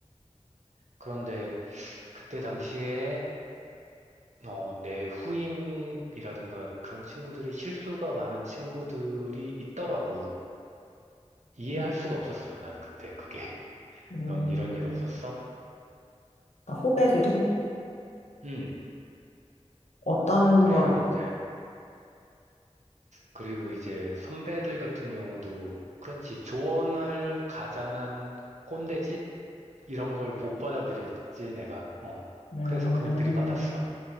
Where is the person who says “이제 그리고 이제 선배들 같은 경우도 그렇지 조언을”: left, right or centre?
Right